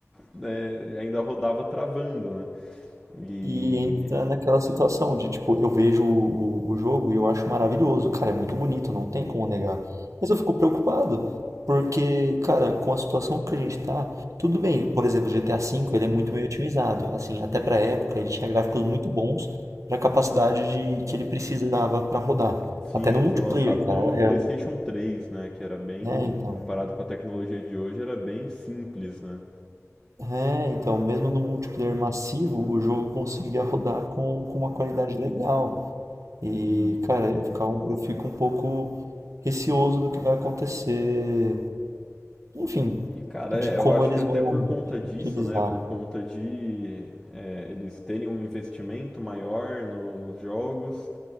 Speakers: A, in the centre; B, on the right.
A: né, ainda rodava travando, né? E
B: E entra naquela situação de, tipo, eu vejo o, o jogo e eu acho maravilhoso. Cara, é muito bonito, não tem como negar. Mas eu fico preocupado, porque, cara, com a situação que a gente tá, tudo bem. Por exemplo, o GTA V, ele é muito bem otimizado. Assim, até pra época, ele tinha gráficos muito bons pra capacidade de, que ele precisava pra rodar.
A: sim,
B: Até no
A: ele
B: multiplayer,
A: foi lançado no
B: cara. É,
A: PlayStation 3, né? Que era bem,
B: é, então.
A: comparado com a tecnologia de hoje, era bem simples, né?
B: É, então, mesmo no multiplayer massivo, o jogo conseguia rodar com, com uma qualidade legal. E,
A: E,
B: cara, eu ficar, um- eu fico um pouco receoso do que vai acontecer. Enfim,
A: e cara,
B: de
A: é,
B: como
A: eu acho
B: eles
A: que até
B: vão
A: por conta disso,
B: utilizar,
A: né? Por conta de é, eles terem um investimento maior no- nos jogos